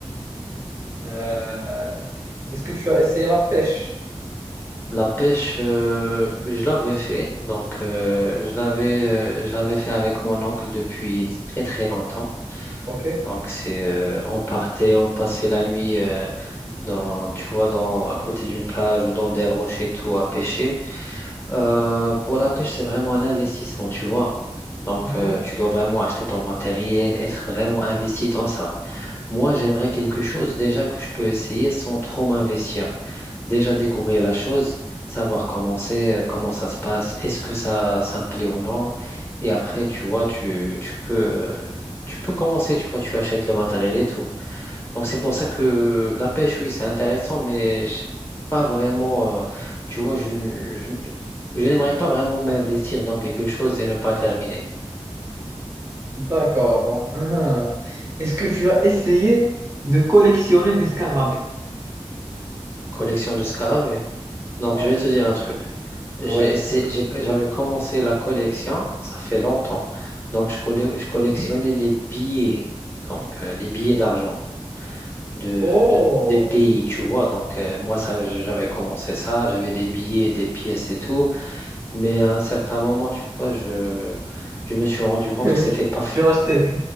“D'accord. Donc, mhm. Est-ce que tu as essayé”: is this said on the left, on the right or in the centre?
Right